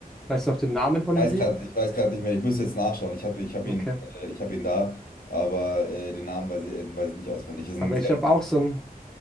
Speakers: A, in the centre; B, on the left.
A: Weißt du noch den Namen von
B: weiß
A: dem Lied?
B: gerade, ich weiß gerade nicht mehr. Ich müsste jetzt nachschauen. Ich habe, ich habe
A: Okay.
B: ihn, äh, ich habe ihn da, aber äh, den Namen weiß ich, äh, weiß ich nicht auswendig. Ist ein
A: Aber
B: sehr,
A: ich habe auch so ein